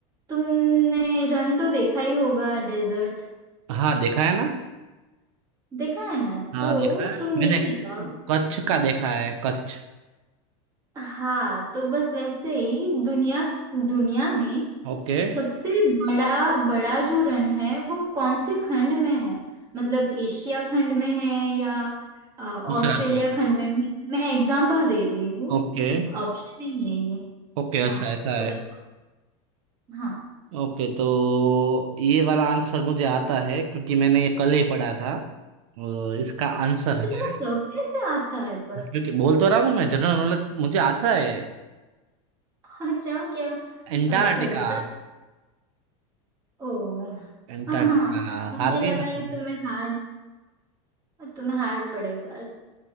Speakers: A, on the right; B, on the right.
A: तुमने रन तो देखा ही होगा डेजर्ट
B: हाँ देखा है ना
A: देखा है ना
B: हाँ
A: तो
B: देखा है
A: तुम
B: मैंने
A: ये बताओ
B: कच्छ का देखा है कच्छ
A: हाँ तो बस वैसे ही दुनिया दुनिया में
B: ओके
A: सबसे बड़ा बड़ा जो रन है वो कौन से खंड में है मतलब एशिया खंड में है या अ, ऑस्ट्रेलिया
B: दूसरा कोई
A: खंड में मैं एग्जांपल दे रही हूँ
B: ओके
A: ऑप्शन नहीं है ये
B: ओके
A: हाँ
B: अच्छा ऐसा है
A: तो बताओ हाँ
B: ओके तो ये वाला आंसर मुझे आता है क्योंकि मैंने ये कल ही पढ़ा था और इसका आंसर
A: अच्छा
B: है
A: तुम्हें सब कैसे आता है
B: क्योंकि बोल तो रहा हूँ मैं जनरल नॉलेज मुझे आता है
A: हाँ, अच्छा क्या
B: एंटार्क्टिका
A: अच्छा तो बताओ ओ
B: एंटार्क्टिका
A: हाँ मुझे
B: हार
A: लगा
B: गई ना तुम
A: ये तुम्हें हार्ड तुम्हें हार्ड पड़ेगा